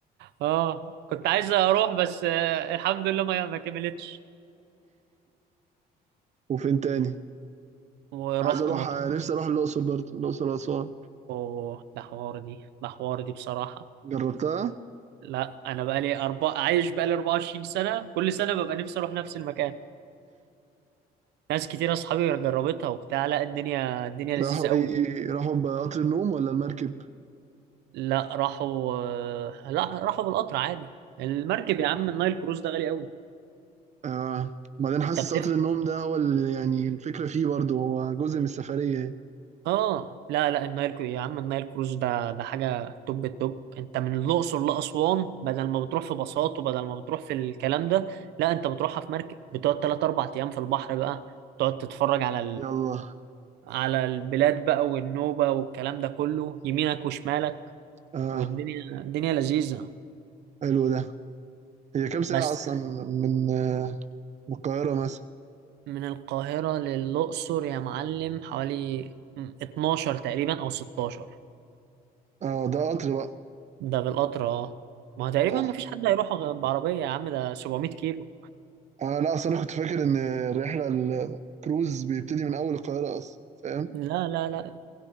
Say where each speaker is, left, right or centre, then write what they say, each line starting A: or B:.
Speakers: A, on the right; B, on the right.
A: اه كنت عايز اروح بس آه، الحمد لله ما ما كملتش
B: وفين تاني
A: ورحت
B: عايز اروح
A: مطروح
B: نفسي اروح الاقصر برضه الاقصر واسوان
A: اوه ده حوار دي ده حوار دي بصراحة
B: جربتها
A: لا انا بقالي أربع... عايش بقالي 24 سنه كل سنه ببقى نفسي اروح نفس المكان ناس كتير اصحابي جربتها وبتاع لا الدنيا الدنيا لذيذه
B: راحوا
A: قوي
B: ايه راحوا بقطر النوم ولا المركب
A: لا راحوا لا راحوا بالقطر عادي المركب يا عم النايل كروز ده غالي قوي
B: آه بعدين حاسس
A: انت بتفهم
B: قطر النوم ده هو اللي يعني الفكرة فيه برضه هو جزء من السفرية يعني
A: اه لا لا النايل كرو... يا عم النايل كروز ده ده حاجه توب التوب انت من الاقصر لاسوان بدل ما بتروح في باصات وبدل ما بتروح في الكلام ده لا انت بتروحها في مركب بتقعد 3 4 ايام في البحر بقى تقعد تتفرج على
B: يلا
A: على البلاد بقى والنوبة والكلام ده كله يمينك وشمالك
B: آه
A: والدنيا الدنيا لذيذة
B: حلو ده هي كام ساعة
A: بس
B: أصلا من آه من القاهرة مثلا
A: من القاهرة للأقصر يا معلم حوالي 12 تقريبا أو 16
B: اه ده قطر بقى
A: ده بالقطر اه ما هو تقريبا
B: آه.
A: ما فيش حد هيروح غ- بعربية يا عم ده 700 كيلو
B: اه لا اصل انا كنت فاكر ان الرحلة الكروز بيبتدي من اول القاهرة اصلا فاهم
A: لا لا لا